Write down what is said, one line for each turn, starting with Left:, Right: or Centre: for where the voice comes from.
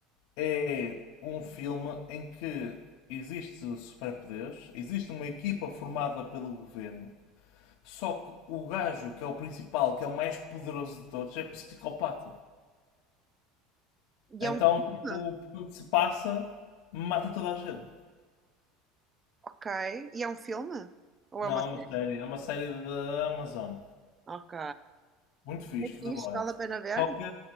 Left: é um filme em que existe superpoderes, existe uma equipa formada pelo governo. Só que o gajo que é o principal, que é o mais poderoso de todos, é psicopata.
Right: E
Left: Então,
Right: é um filme?
Left: tipo, por onde se passa, mata toda a gente.
Right: Ok. E é um filme? Ou
Left: Não,
Right: é uma
Left: é
Right: série?
Left: uma série, é uma série da Amazon.
Right: Ok.
Left: Muito fixe,
Right: É fixe,
Left: The Boys.
Right: vale a pena ver?
Left: Só que